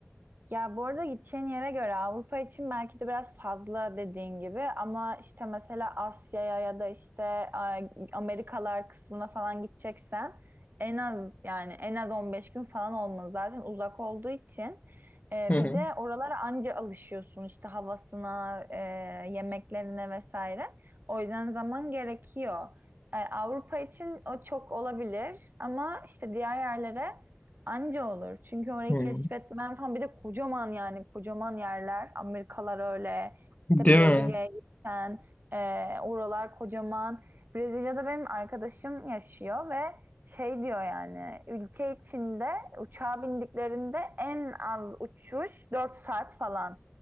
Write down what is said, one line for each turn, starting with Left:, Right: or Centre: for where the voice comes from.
Right: Ya bu arada gideceğin yere göre Avrupa için belki de biraz fazla dediğin gibi ama işte mesela Asya'ya ya da işte e, Amerikalar kısmına falan gideceksen en az yani en az 15 gün falan olmalı zaten uzak olduğu için. E,
Left: Hı hı.
Right: bir de oralara anca alışıyorsun işte havasına, e, yemeklerine vesaire. O yüzden zaman gerekiyor. E, Avrupa için o çok olabilir ama işte diğer yerlere Anca olur. Çünkü orayı
Left: Hı.
Right: keşfetmen falan bir de kocaman yani kocaman yerler. Amerikalar öyle. İşte
Left: Değil
Right: Brezilya'ya
Left: mi?
Right: gitsen e, oralar kocaman. Brezilya'da benim arkadaşım yaşıyor ve şey diyor yani ülke içinde uçağa bindiklerinde en az uçuş 4 saat falan.